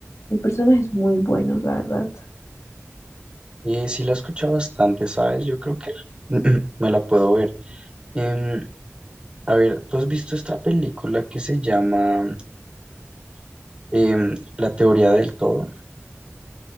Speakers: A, on the left; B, on the right.
A: y personajes muy buenos, la verdad.
B: eh, sí, la he escuchado bastante, ¿sabes? Yo creo que la- <clears throat> me la puedo ver. Em, a ver, ¿tú has visto esta película que se llama em, La teoría del todo?